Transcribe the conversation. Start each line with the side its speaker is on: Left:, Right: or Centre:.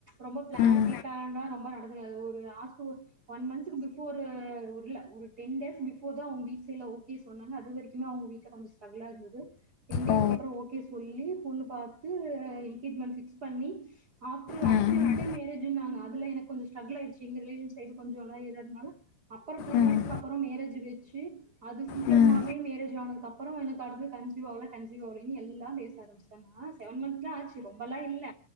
Right: ரொம்ப பிளான்
Left: ம்
Right: ரீபிளான்டா ரொம்ப நடந் ஒரு ஒரு <unintelligible> ஒன் மந்தக்கு பிபோரு இல்ல இல்ல ஒரு டென் டேஸ் பிபோர் தா அவ்ங் வீட் தெரியும் ஓகே சொன்னாங்க அது வரைக்குமே அவ்ங்க வீட் டுல கொஞ்சோ ஸ்ட்ரகுளா இருந்துது டென் டேஸ்கு
Left: ஓ
Right: அப்றம் ஓகே சொல்லி பாத்து எங்கேஜ்மெண்ட் பிக்ஸ் பண்ணி ஆப்டர்
Left: ம்
Right: அடுத்த மந்தே மேரேஜ்ன்னாங்க அதுல எனக்கொஞ்சு ஸ்ட்ரகுல் ஆயிடுச்சு எங்க ரிலேஷன் சைடுல கொஞ்சு <unintelligible> அப்புறோ டூ
Left: ம்
Right: மன்ஸ் அப்புறோ மேரேஜ் வெச் சி அது சீக்கிரமாவே
Left: ம்
Right: மேரேஜ் ஆனதுக்கப்புறோ அப்புறோ எனக்கு அடுது கன்சிவ்வாகல கன்சிவாகலன்னு எல்லா பேச ஆரம்பச்சட்டாங்க ஆனா செவன் மந்த்தா ஆச்சு ரொம்பல்லாம் இல்ல